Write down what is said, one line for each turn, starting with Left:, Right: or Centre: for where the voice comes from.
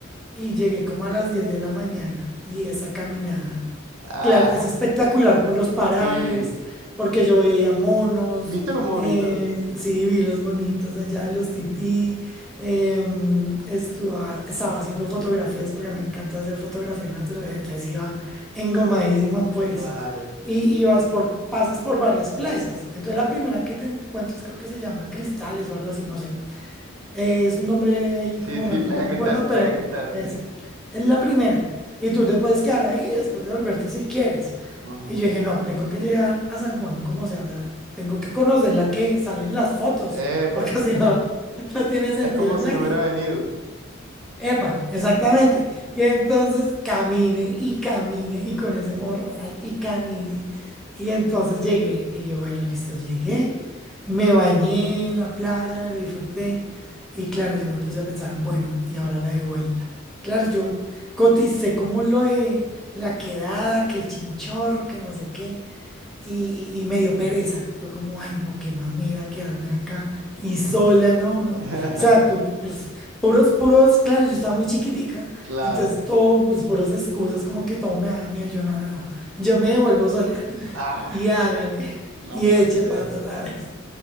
Centre: y llegué como a las 10 de la mañana y esa caminada.
Right: ah,
Centre: Claro, es espectacular por los parajes,
Right: sí.
Centre: porque yo veía monos,
Right: ¿Viste los monitos?
Centre: eh, sí, vi los monitos allá, los tití, em, estuva- estaba haciendo fotografías porque me encanta hacer fotografía natural, entonces iba engomadísima pues.
Right: Claro.
Centre: Y, y vas por, pasas por varias playas. Entonces la primera que te encuentras creo que se llama Cristales o algo así, no sé. Eh, Es un nombre ahí
Right: Sí,
Centre: como
Right: sí,
Centre: random,
Right: Playa
Centre: no me
Right: Cristal,
Centre: acuerdo,
Right: Playa
Centre: pero
Right: Cristal,
Centre: es,
Right: sí, sí.
Centre: es la primera. Y tú te puedes quedar ahí después de volverte si quieres.
Right: Ujú.
Centre: Y yo dije, no, tengo que llegar a San Juan, como sea, o sea, tengo que conocer la que salen las fotos,
Right: Epa,
Centre: porque <laughs> si no, no tiene sentido
Right: es como
Centre: el
Right: si
Centre: viaje.
Right: no hubiera venido.
Centre: Epa, exactamente. Y entonces camine y camine y con ese morral y camine. Y entonces llegué y yo, bueno, listo, llegué. Me bañé en la playa, me lo disfruté. Y claro, yo me puse a pensar, bueno, y ahora la de vuelta. Claro, yo coticé como lo de la quedada, que el chinchorro, que no sé qué y, y- y me dio pereza. Yo como, ay, no, qué mamera quedarme acá y
Right: Ujú.
Centre: sola, no, no. O
Right: <laughs>
Centre: sea, tú, pues, puros, puros, claro, yo estaba muy chiquitica,
Right: Claro.
Centre: entonces todo, pues, puros excusas, como que todo me da miedo. Yo, no, no, no, yo me devuelvo sola <laughs>
Right: Ah,
Centre: y hágale
Right: no
Centre: y
Right: puede
Centre: eche
Right: ser.
Centre: pata otra vez. <laughs>